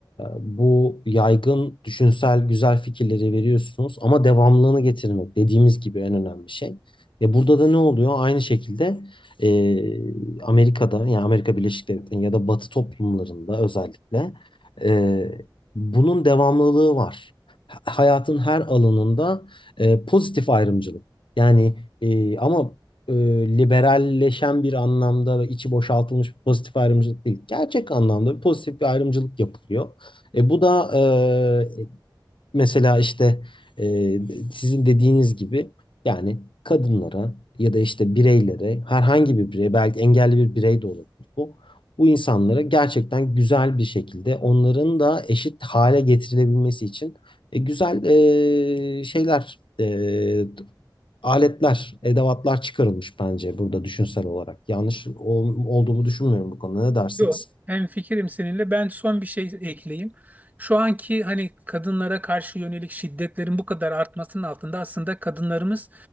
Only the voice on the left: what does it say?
bu yaygın düşünsel güzel fikirleri veriyorsunuz ama devamlılığını getirmek dediğimiz gibi en önemli şey. E, burada da ne oluyor? Aynı şekilde e, Amerika'da yani Amerika Birleşik Devletleri'nin ya da Batı toplumlarında özellikle e, bunun devamlılığı var. Ha- Hayatın her alanında e, pozitif ayrımcılık. Yani e, ama e, liberalleşen bir anlamda ve içi boşaltılmış bir pozitif ayrımcılık değil. Gerçek anlamda bir pozitif bir ayrımcılık yapılıyor. E, bu da e, mesela işte e, sizin dediğiniz gibi yani kadınlara ya da işte bireylere herhangi bir birey belki engelli bir birey de olabilir bu. Bu insanlara gerçekten güzel bir şekilde onların da eşit hale getirilebilmesi için e, güzel e, şeyler e, aletler, edevatlar çıkarılmış bence burada düşünsel olarak. Yanlış ol- olduğumu düşünmüyorum bu konuda. Ne dersiniz?